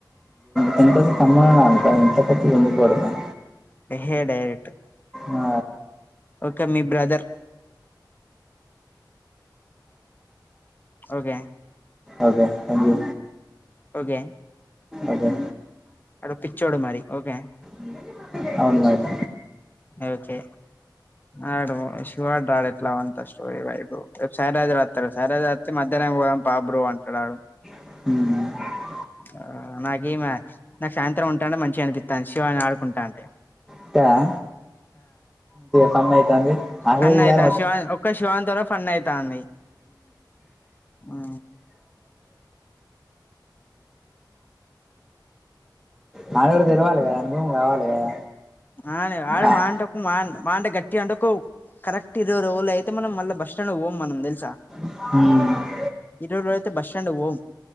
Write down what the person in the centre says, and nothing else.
జంకా సంమ్బ అంత ఇంత పెద్దద్ ఎందుక్ కడుతం
ఆ
okay thank you
ఓకే
ఏందీ మమ్మీ అవును మరి
హ్మ్
త్తదా ఫన్ ఐతాంది అరేయ్
ఇయ్యాల
మాగ్గడ తెలవాలి కదా అనుభవం కావాలి కదా
ఆ.
హ్మ్